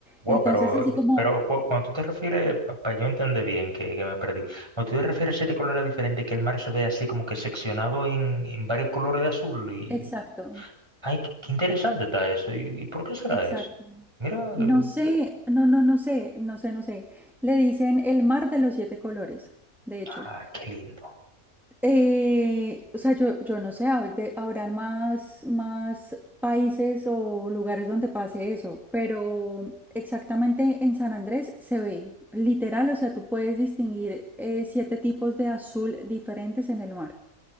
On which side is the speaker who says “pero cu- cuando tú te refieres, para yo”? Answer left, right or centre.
Right